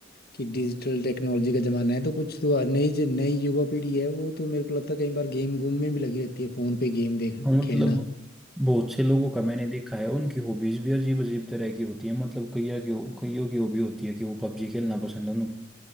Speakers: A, on the left; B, in the centre.
A: कि डिजिटल टेक्नोलॉजी का ज़माना है तो कुछ तो नई ज- नई युवा पीढ़ी है वो तो मेरे को लगता है कई बार गेम गूम में भी लगी रहती है फ़ोन पे गेम देख
B: हाँ, मतलब
A: खेलना
B: बहुत से लोगों का मैंने देखा है उनकी हॉबीज भी अजीब अजीब तरह की होती है मतलब कईयों की कईयों की हॉबी होती है कि वो पबजी खेलना पसंद है उनको